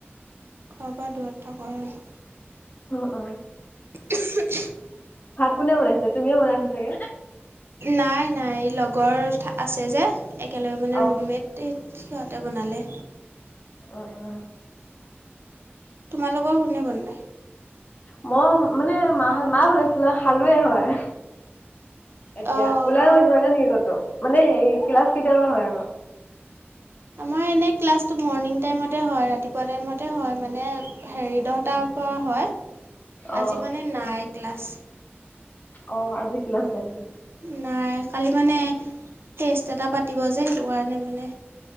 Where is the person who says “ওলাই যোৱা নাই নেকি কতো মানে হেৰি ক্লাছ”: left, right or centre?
Left